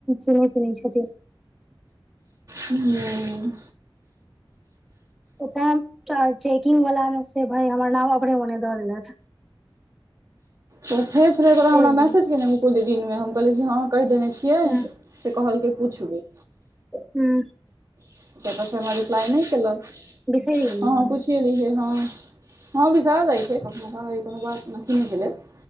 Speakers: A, in the centre; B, on the right.
A: चहैत चहै छल
B: <unintelligible> हूं
A: ते चेकिंग वालला मे से भई हमर नाम अपने मने दऽ देलैथि
B: तऽ फे छलै ओकरा
A: से
B: हमरा
A: भेलै
B: मैसेज केने मुकुल दिनमे हम कहलिय कि हँ कहि देने छी यै
A: हूँ
B: तै कहलकै पूछबै
A: हूं
B: <unintelligible>
A: बिसरि गेलियै
B: <unintelligible>